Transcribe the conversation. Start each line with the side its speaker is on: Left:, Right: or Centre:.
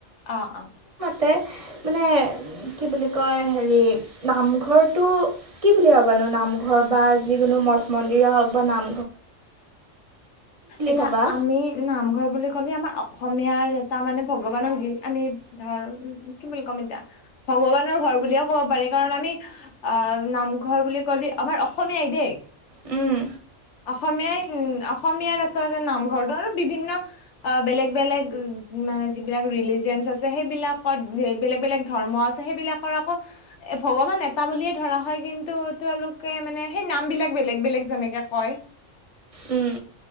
Left: অ অ
Right: তে মানে কি বুলি কয় হেৰি নামঘৰটো কি বুলি ভাবা নামঘৰ বা যিকোনো মঠ মন্দিৰে হওক বা নাম
Left: এতিয়া
Right: ভাবা
Left: আমি নামঘৰ বুলি কলে আমাৰ অসমীয়াৰ এটা মানে ভগৱানক দি আমি ধৰ কি বুলি ক'ম এতিয়া ভগৱানৰ ঘৰ বুলিয়ে ক'ব পাৰি কাৰণ আমি আহ নামঘৰ বুলি কলে আমাৰ অসমীয়াই দেই
Right: উম
Left: অসমীয়াই উ অসমীয়াৰ আচলতে নামঘৰটো আৰু বিভিন্ন বেলেগ বেলেগ মানে যিবিলাক ৰিলিজিয়েনছ আছে সেইবিলাকত বেলেগ বেলেগ ধৰ্ম আছে সেইবিলাকৰ আকৌ এ ভগৱান এটা বুলিয়ে ধৰা হয় কিন্তু তেওঁলোকে মানে সেই নাম বিলাক বেলেগ বেলেগ যেনেকে কয়
Right: উম।